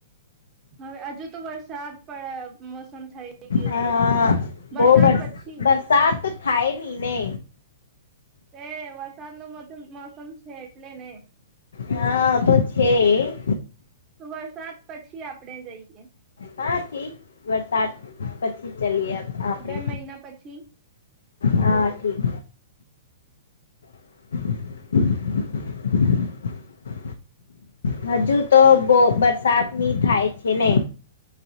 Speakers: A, on the right; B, on the left.
A: હવે હજુ તો વરસાદ પડ મોસમ થઈ ગયું
B: હા
A: છે તો વરસાદ
B: બોઉ વરસ
A: પછી
B: વરસાદ તો થાય ની ને
A: એ વરસાદ નો મોસમ મૌસમ છે એટલે ને
B: હા ઓ તો છે
A: તો વરસાદ પછી આપણેે જઈએ
B: હા ઠીક વરસાદ પછી ચલીએ આપડે
A: બે મહિના પછી
B: હા ઠીક <unintelligible> હજુ તો બોઉ બરસાદની થાય છે ને